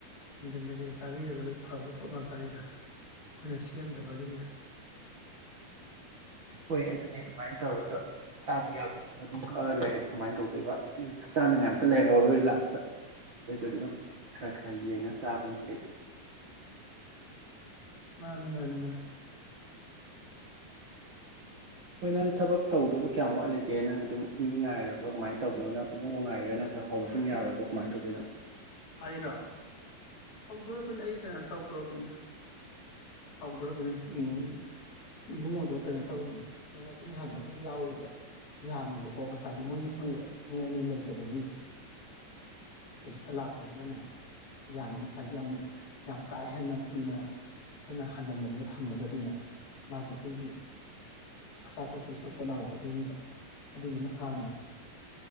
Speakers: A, on the left; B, on the right.
A: ꯍꯦꯟꯖꯟꯗꯕꯤꯗ ꯆꯥꯕꯤꯔꯒ ꯂꯣꯏ ꯐꯕ ꯄꯣꯠ ꯉꯥꯛꯇꯅꯤꯗ ꯑꯩꯈꯣꯏꯅ ꯁꯦꯝꯗꯕꯒꯤꯅꯤꯗ
B: ꯍꯣꯏ ꯑꯗꯨꯅꯦ ꯑꯗꯨꯃꯥꯏꯅ ꯇꯧꯔꯒ ꯆꯥꯗ ꯌꯥꯕꯗ ꯑꯗꯨꯝ ꯈꯛ ꯂꯩꯔꯗꯤ ꯀꯃꯥꯏꯅ ꯇꯧꯗꯣꯏꯕ ꯆꯥꯅꯉꯥꯏꯝꯇ ꯂꯩꯔꯔꯣꯏ ꯂꯥꯁꯇ ꯑꯗꯨꯗꯒꯤ ꯑꯗꯨꯝ ꯈꯔ ꯈꯔ ꯌꯦꯡꯉ ꯆꯥꯕꯅꯤ ꯐꯩꯗ
A: ꯃꯥꯅꯤ ꯃꯥꯅꯤ ꯃꯥꯅꯤ
B: ꯍꯣꯏ ꯅꯪ ꯊꯕꯛ ꯇꯧꯗꯕꯨ ꯀꯌꯥꯝ ꯋꯥꯠꯂꯤꯒꯦ ꯅꯪ ꯑꯗꯨꯝ ꯃꯤ ꯉꯥꯏꯔꯕ꯭ꯔꯣ ꯀꯃꯥꯏꯅ ꯇꯧꯕꯅꯣ ꯅꯪ ꯏꯕꯨꯡꯒ ꯉꯥꯏꯔꯥ ꯅꯠꯇ꯭ꯔꯒ ꯍꯧꯔ ꯁꯨꯝ ꯌꯥꯔꯕ꯭ꯔꯣ ꯀꯃꯥꯏꯅ ꯇꯧꯗꯣꯏꯅꯣ
A: ꯑꯩ ꯔꯣ ꯍꯧꯗꯣꯔꯕꯅꯤ ꯑꯩ ꯀꯩꯅꯣ ꯇꯧꯗꯣꯔꯕꯅꯤꯗ ꯍꯧꯗꯣꯔꯕꯅꯦ ꯎꯝ ꯏꯕꯨꯡꯉꯣꯗꯣ ꯀꯩꯅꯣ ꯇꯧꯔꯤꯌꯦ ꯃꯣꯏ ꯋꯥꯇꯤꯟ ꯍꯥꯟꯕ ꯑꯃ ꯌꯥꯎꯔꯤꯕ ꯌꯥꯝꯃꯦꯕꯀꯣ ꯉꯁꯥꯏꯕꯨ ꯃꯣꯏ <unintelligible> ꯃꯣꯏ ꯑꯅꯤ ꯂꯩꯇꯕꯒꯤ ꯍꯧꯖꯤꯛꯇ ꯑꯝ ꯂꯥꯛ ꯑꯩꯣꯏꯅꯅꯦ ꯌꯥꯅꯤ ꯉꯁꯥꯏꯒꯤ ꯑꯃꯨꯛ ꯌꯥꯝ ꯀꯥ ꯍꯦꯟꯅ ꯀꯨꯏꯅ ꯑꯩꯈꯣꯏꯅ ꯍꯟꯖꯟꯗꯕꯤꯅ ꯊꯝꯃꯒꯗꯤꯅꯦ ꯃꯥꯁꯦ ꯑꯩꯈꯣꯏꯒꯤ ꯑꯆꯥꯄꯣꯠꯁꯦ ꯁꯣꯠ ꯁꯣꯠ ꯂꯥꯎꯔꯛꯀꯗꯣꯏꯅꯦꯕ ꯑꯗꯨꯗꯨꯅ ꯍꯥꯟꯅ